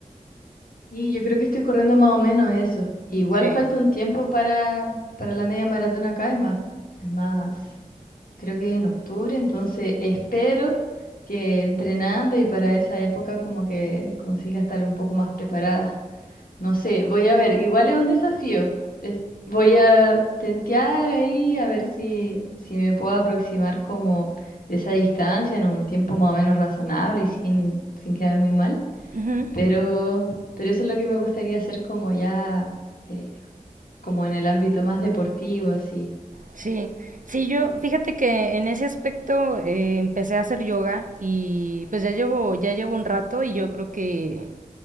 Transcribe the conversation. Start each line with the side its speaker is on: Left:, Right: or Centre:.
Left: Y yo creo que estoy corriendo más o menos eso. Igual
Right: Sí.
Left: falta un tiempo para, para la media maratón acá, es más, es más, creo que en octubre, entonces espero que entrenando y para esa época como que consiga estar un poco más preparada. No sé, voy a ver, igual es un desafío. Es- voy a tentear ahí a ver si, si me puedo aproximar como de esa distancia en un tiempo más o menos razonable y sin, sin quedar muy mal.
Right: Ujú,
Left: Pero, pero eso es lo que me gustaría hacer como ya, eh, como en el ámbito más deportivo, así.
Right: Sí, sí, yo fíjate que en ese aspecto eh, empecé a hacer yoga y pues ya llevo, ya llevo un rato y yo creo que,